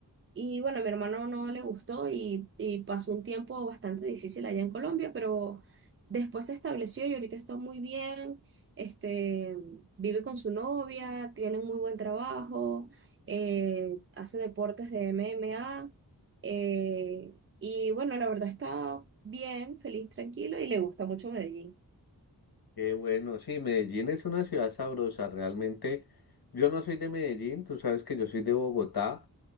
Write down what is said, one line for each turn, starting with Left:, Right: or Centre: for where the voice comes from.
Right: Y bueno, a mi hermano no le gustó y, y pasó un tiempo bastante difícil allá en Colombia, pero después se estableció y ahorita está muy bien. Este, vive con su novia, tiene un muy buen trabajo, eh, hace deportes de MMA. eh, y bueno, la verdad está bien, feliz, tranquilo y le gusta mucho Medellín.
Left: Qué bueno, sí, Medellín es una ciudad sabrosa, realmente. Yo no soy de Medellín, tú sabes que yo soy de Bogotá.